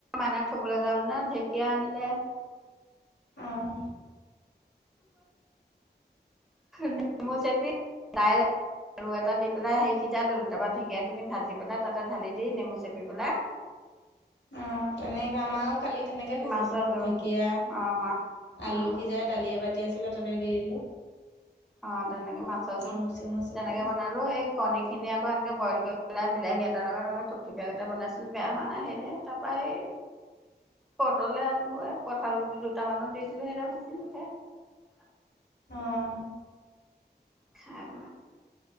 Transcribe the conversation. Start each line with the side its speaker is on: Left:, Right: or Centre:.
Centre: মাইনাক থবলৈ যাওঁতেনে ঢেকীয়া আনিলে।
Left: অ',
Centre: ন ম চ আৰু এটা দি পেলাই সেই সিজাই ললো, তাৰপৰা ঢেকীয়াখিনি ভাজি পেলাই, তাতে ঢালি দি নেমু চেপি পেলাই
Left: <inaudible> অ, তেনেকে আমাৰও কালি তেনেকে খাইছিলো
Centre: মাছৰ জোল
Left: ঢেকীয়া।
Centre: অ' মা
Left: আলু
Centre: অ'
Left: সিজাই দালি এবাতি, আছিলে তাতে দি দিলো।
Centre: অ, তেনেকে মাছৰ জোল
Left: নেমু চেমু চেপি
Centre: তেনেকে বনালো, এই কণী খিনি আকৌ এনকে বইল কৰি পেলাই বিলাহী এটাৰ লগত থুপথুপীয়া কটা বনাইছিল বেয়া হোৱা নাই, সেইদৰে তাৰ পৰা সেই পটলে আলোৱে, কঁঠাল গুটি দুটামানো দি দিলো সেইদৰে ভাজিলো সেইয়া।
Left: অ'।
Centre: খাব।